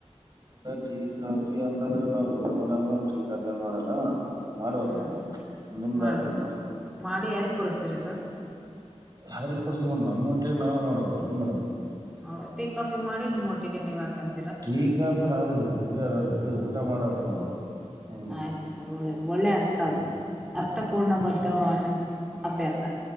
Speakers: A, on the right (about 35°); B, in the centre.
A: ಟೀ ಕಾಫಿ ಅಂತಂದ್ರೆ ನಾವ್ ಊಟ ಮಾಡಾರ ಟೀ ಕಾಫಿ ಏನ ಮಾಡಲ್ಲ ಮಾಡ್ಬೇಕು
B: ಹ್ಮ್
A: ನಿಮ್ದ
B: ಮಾಡ್ಬೇಕು
A: ಆಯ್ತರಿ ಮೇಡಮ್
B: ಮಾಡಿ ಯಾರಿಗೆ ಕೊಡಿಸತೀರಾ ಸರ್
A: ಹಾರಿಗೆ ಕೊಡ್ಸ ಮೇಡಮ್ ನಮ್ಮ ಹೊಟ್ಟೆ ನಾವ್ ಮಾಡ್ಬೇಕಲ್ರಿ ಮೇಡಮ್
B: ಹೌದ ಟೀ ಕಾಫಿ ಮಾಡಿ ನಿಮ್ಮ ಹೊಟ್ಟಿಗೆ ನೀವ್ ಹಾಕ್ಕೊಳ್ಳಿ
A: ಟೀ ಕಾಫಿ ನಾವು ಕುಡಿಯಾರಲ್ರರಿ ಊಟ ಮಾಡರು ನಾವು <inaudible> ಹ್ಮ್
B: ಆಯ್ತು ಒಳ್ಳೇದು ಒಳ್ಳೆ ಅರ್ಥ
A: ಹ್ಮ್
B: ಅದು ಅರ್ಥಪೂರ್ಣಬದ್ಧವಾದ ಅಭ್ಯಾಸ.